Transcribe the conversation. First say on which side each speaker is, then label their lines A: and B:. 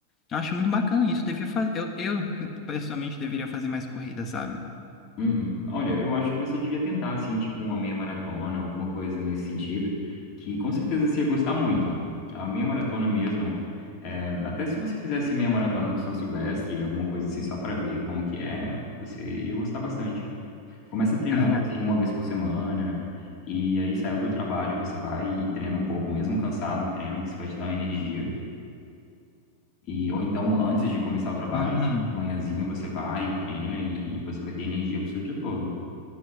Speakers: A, on the left; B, on the left.
A: Eu acho muito bacana isso. Devia fazer, eu, eu, <laughs> pessoalmente, deveria fazer mais corrida, sabe?
B: Uhum. Olha, eu acho que você devia tentar, assim, tipo uma meia maratona, alguma coisa nesse sentido, que com certeza você ia gostar muito. A meia maratona mesmo, é, até se você fizesse meia maratona do São Silvestre, alguma coisa assim, só para ver como que é, você iria gostar bastante. Começa treinando,
A: Cara,
B: assim, uma vez por semana, e aí saiu do trabalho, você vai e treina um pouco, mesmo cansado, treina, que isso vai te dar uma energia. E, ou então, antes de começar o trabalho,
A: aham.
B: tipo, de manhãzinha, você vai e treina e você vai ter energia pro seu dia todo.